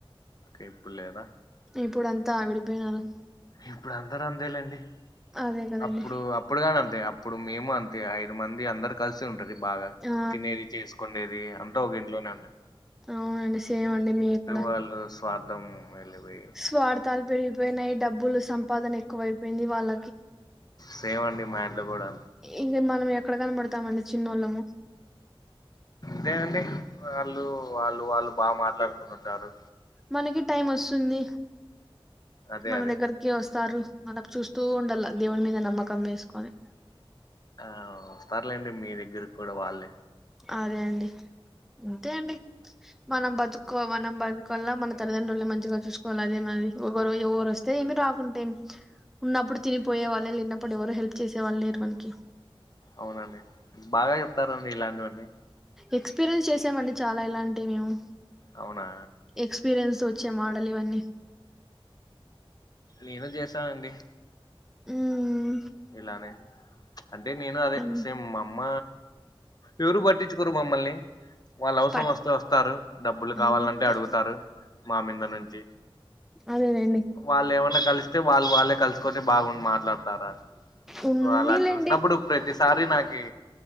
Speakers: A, on the left; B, in the centre.
A: ఓకే ఇప్పుడ్ లేదా
B: ఇప్పుడంతా విడిపోయినారు
A: ఇప్పుడందరు అంతే లెండి
B: అదే కదండి
A: అప్పుడూ అప్పుడు గనంతే అప్పుడు మేము అంతే ఐదు మంది అందరు కలిసి ఉంటది బాగ
B: ఆ
A: తినేది చేసుకుండేదీ అంతా ఒక ఇంట్లోనే అండి
B: అవునండి సేమండి మేం కుడ
A: వాళ్ళు స్వార్థం వెళ్ళిపోయి
B: స్వా ర్థాలు పెరిగిపోయినయి డబ్బులు సంపాదన ఎక్కువైపోయింది వాళ్ళ
A: సేమండి మా ఇంట్లో గూడా
B: ఇంగ మనం ఎక్కడ కనపడతామండి చిన్నోళ్ళము
A: తే అండి వాళ్ళు వాళ్ళు వాళ్ళు బాగ మాట్లాడుకుండంటారు
B: మనకీ టైం వస్తుంది
A: అదే
B: మన
A: అదే
B: దగ్గరకీ వస్తారు మనం చూస్తూ ఉండాల దేవుని మీద నమ్మకం వేసుకొని
A: ఆ వస్తర్లేండి మీ దగ్గర కూడా వాళ్ళే
B: అదే అండి అంతే అండి మనం బతుకు మనం బతుకులా మన తల్లిదండ్రులని మంచిగా చూసుకోవాలి అదే మ ఎవరు ఎవరు వ వత్తే ఏం రాకుంటేం ఉన్నప్పుడు తినిపోయే వాళ్ళు లేనప్పుడు ఎవరు హెల్ప్ చేసే వాళ్ళు లేరు మనకి
A: అవునండి బాగా చెప్తారండి ఇలాంటివన్నీ
B: ఎక్స్పీరియన్స్ చేసామండి చాలా ఇలాంటివి మేము
A: అవునా
B: ఎక్స్పీరియన్స్తో వచ్చే మాటలు ఇవన్నీ
A: నేను చేశానండి
B: ఉం
A: ఇలానే అంటే నేను అదే
B: అన్
A: సేమ్ మా అమ్మ ఎవరూ పట్టించుకోరు మమ్మల్ని వాళ్ళు అవసరం
B: పట్
A: వస్తే వస్తారు డబ్బులు కావాలంటే
B: అంతే
A: అడుగుతారు మా మీంద నుంచి
B: అదెలెండి
A: వాళ్ళు ఏమైన్నా కలిస్తే వాళ్ళు వాళ్ళే కలుసుకొని బాగుండి మాట్లాడతారా
B: ఉన్నీలేండి
A: సో అలా చూసినప్పుడు ప్రతిసారి నాకి